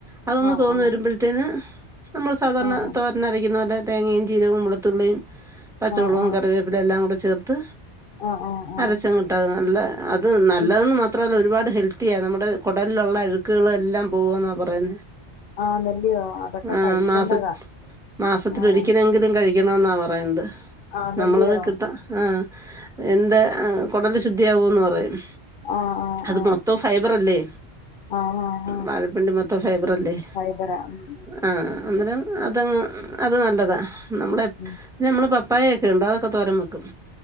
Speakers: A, in the centre; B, on the left.
A: അതൊന്ന്
B: ആഹ്
A: തോന്ന്
B: ആഹ്
A: വരുമ്പോഴേതിന് ത്തിന് നമ്മൾ സാധാരണ
B: ആഹ്
A: തോരൻ അരക്കുന്നപോലെ തേങ്ങയും ചീരകവും വളുത്തുള്ളിയും പച്ചമൊളകും
B: ആഹ് ആഹ്
A: കറിവേപ്പില എല്ലാം കൂടെ ചേർത്ത്
B: ആഹ് ആഹ്
A: അരച്ച
B: ആഹ്
A: അങ്ങ് ഇട്ടാ നല്ല അത് നല്ലതെന്ന്
B: ഉം
A: മാത്ര മത്രല്ല ഒരുപാട് ഹെൽത്തിയാണ് നമ്മുടെ കുടലിലുള്ള അഴുക്കുകള എല്ലാം പോകെന്ന പറയുന്നത്
B: ആന്നല്ലിയോ അതൊക്കെ
A: ആഹ്
B: കഴിക്കേണ്ടതാ
A: മാസ മാസത്തില
B: ആഹ്
A: ഒരിക്കലെങ്കില ഒരിക്കലെങ്കിലും കഴിക്കണ എന്നാ പറയുന്നത്
B: ആന്നല്ലിയോ
A: നമ്മൾ ഒക്കെ കിട്ടാ ആഹ് എന്ത് ആഹ് കൊടല് ശുദ്ധിയകൂന്ന് പറയും
B: ആഹ് ആഹ്
A: അത്
B: ആഹ്
A: മൊത്തം ഫൈബറല്ലേ
B: ആഹ് ആഹ്
A: വാഴപ്പിണ്ടിമൊത്തം ഫൈബറല്ലേ
B: ഫൈബറാ ഉം ഉം
A: ആഹ് അന്നേരം അത് അത് നല്ലതാ നമ്മള
B: ഉം
A: ഞമ്മള് പപ്പായയൊക്കെ ഉണ്ട് അതൊക്കെ തോരൻ വെക്കും